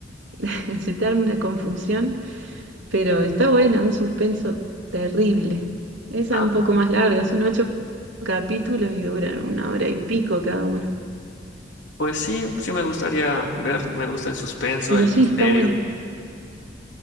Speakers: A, on the right; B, on the left.
A: <laughs> se te arma una confusión, pero está buena, un suspenso terrible. Esa
B: Ah,
A: es un poco más larga, son ocho capítulos y duran una hora y pico cada uno.
B: pues sí, sí me gustaría ver, me gusta el suspenso,
A: Pero
B: el
A: sí,
B: misterio,
A: está buena,